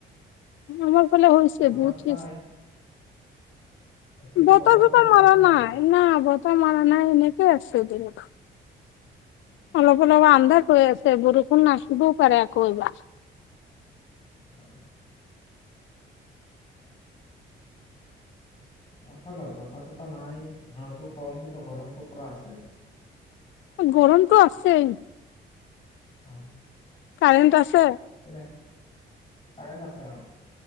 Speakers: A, on the left; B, on the left.
A: আমাৰ ফালে হৈছে
B: বতাহ
A: বহুত
B: চতাহ
A: দি আছে।
B: আহি এতিয়া কি
A: গতে,
B: বতাহ
A: গতে
B: চতাহ দি
A: মাৰা
B: আছে নেকি?
A: নাই, ন, গতে মাৰা নাই, এনেক আছে দিন
B: <inaudible>
A: অলপ, অলপ আন্ধা হৈ আছে, বৰষুণ আহিবও পাৰে আকৌ এবাৰ।
B: <inaudible> হয়। অথ, লও, বতাহ চতাহ নাই, <inaudible> কম কিন্তু গৰমতটো পুৰা আছে।
A: গৰমটো আছেই।
B: হয়।
A: কাৰেণ্ট আছে?
B: কিনে, কাৰেণ্ট আছে। অ,